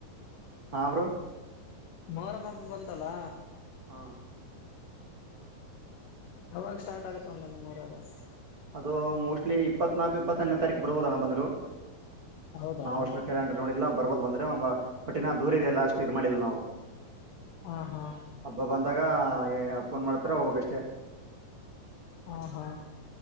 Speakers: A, on the right; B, on the left.
A: ಹಾ ಬ್ರೋ
B: ಮರಮ್ಮಬ ಬಂತಲ್ಲಾ
A: ಹಾ
B: ಯಾವಾಗ ಸ್ಟಾರ್ಟ್ ಆಗುತ್ತೆ ನಿಮ್ಮ ಊರಲ್ಲಿ
A: ಅದು ಮೋಸ್ಟ್ಲಿ ಇಪ್ಪತ್ನಾಲ್ಕು ಇಪ್ಪತ್ತೋಂದನೇ ತಾರೀಕು ಬರರ್ಬೋದ ಅಣ್ಣ
B: ಹೌದಾ
A: ನಾವ್ ಅಷ್ಟು ಕ್ಯಾಲಂಡರ್ ನೋಡಿಲ್ಲ ಬರರ್ಬೋದು ಬಂದ ಪಟಿನ ದೂರ ಇದೆಲ್ಲ ಅಷ್ಟು ಇದ ಮಾಡಿಲ್ಲ ನಾವು
B: ಹಾ ಹಾ
A: ಹಬ್ಬ ಬಂದಾಗ ಪೋನ್ ಮಾಡ್ತಾರ ಹೋಗದ ಓ
B: ಹಾ ಹಾ